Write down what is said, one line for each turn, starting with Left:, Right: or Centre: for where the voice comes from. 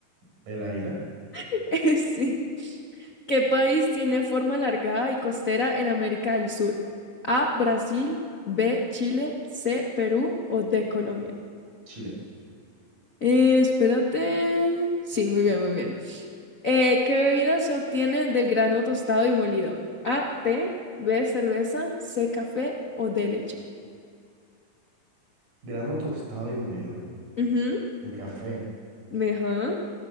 Right: el águila,
Left: <laughs> Sí. ¿Qué país tiene forma alargada y costera en América del Sur? A, Brasil, B, Chile, C, Perú o D, Colombia.
Right: Chile,
Left: Eh, espérate. Sí, muy bien, muy bien. Eh, ¿qué bebida se obtiene del grano tostado y molido? A, té, B, cerveza, C, café o D, leche.
Right: grano tostado y molido,
Left: Ujú.
Right: El café.
Left: Me- ajá.